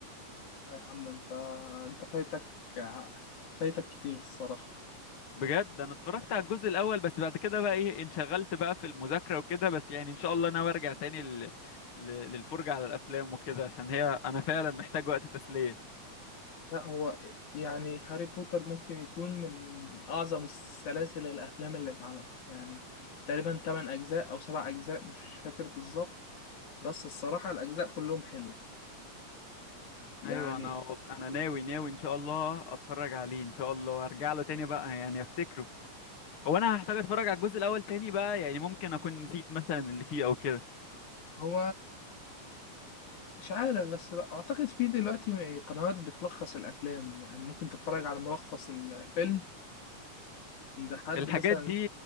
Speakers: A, on the left; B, on the left.
A: آه يا عم انت انت فايتك فايتك كتير الصراحه
B: بجد انا اتفرجت
A: آه.
B: على الجزء الاول بس بعد كده بقى ايه انشغلت بقى في المذاكره وكده بس يعني ان شاء الله انا برجع تاني ل... ل... للفرجه على الافلام وكده عشان هي انا فعلا محتاج وقت تسليه
A: لا هو يعني هاري بوتر ممكن يكون من اعظم السلاسل الافلام اللي اتعملت يعني تقريبا 8 اجزاء او 7 اجزاء مش فاكر بالظبط بس الصراحه الاجزاء كلهم حلوه يعني
B: ايوه انا وال- انا ناوي ناوي ان شاء الله اتفرج عليه ان شاء الله ارجع له تاني بقى يعني افتكره هو انا هحتاج اتفرج على الجزء الاول تاني بقى يعني ممكن اكون نسيت مثلا اللي فيه او كده
A: هو مش عارف بس بقى اعتقد في دلوقتي قنوات بتلخص الافلام يعني ممكن تتفرج على ملخص الفيلم عند حد
B: الحاجات
A: مثلا
B: دي